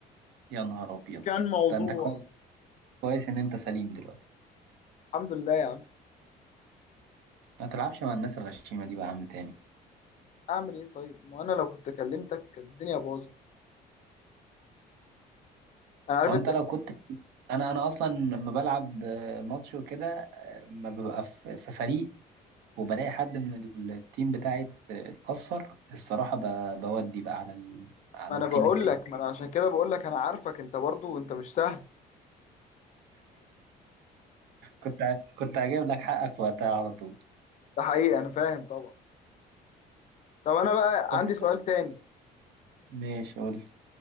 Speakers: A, on the right; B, on the left.
A: يا نهار ابيض
B: كان موضوع
A: ده انت كويس كويس ان انت سليم دلوقتي
B: الحمد لله يا عم
A: ما تلعبش مع الناس الغشيمه دي بقى يا عم تاني
B: اعمل ايه طيب ما انا لو كنت كلمتك كانت الدنيا باظت انا عارف
A: هو انت لو كنت انا انا اصلا لما بلعب آه، ماتش وكده آه، ما ببقى في في فريق وبلاقي حد من التيم بتاعي ات- اتكسر الصراحه ب- بودي بقى على ال... على
B: ما انا
A: التيم
B: بقول
A: التاني
B: لك ما انا عشان كده بقول لك انا عارفك انت برضو انت مش سهل
A: كنت ع- كنت هجيب لك حقك وقتها على طول
B: ده حقيقي انا فاهم طبعا طب انا بقى عندي
A: بس انت
B: سؤال تاني
A: ماشي قول